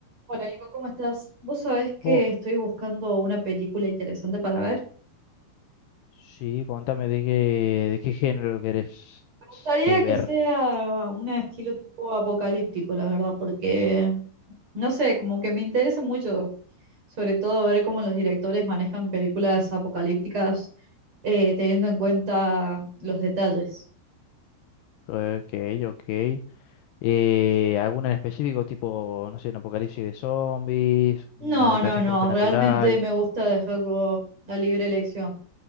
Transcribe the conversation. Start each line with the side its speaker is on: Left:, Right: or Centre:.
Right: Hola, Nico, ¿cómo estás? Vos sabés que
Left: Oh,
Right: estoy buscando una película interesante para ver.
Left: sí, contame de qué, de qué género querés
Right: Me gustaría
Left: eh, ver.
Right: que sea un estilo tipo apocalíptico, la verdad, porque no sé, como que me interesa mucho, sobre todo ver cómo los directores manejan películas apocalípticas eh, teniendo en cuenta los detalles.
Left: Ok, ok. Eh, ¿alguna en específico, tipo, no sé, un apocalipsis de zombies,
Right: No,
Left: una de catástrofe
Right: no, no,
Left: natural?
Right: realmente me gusta dejarlo a libre elección,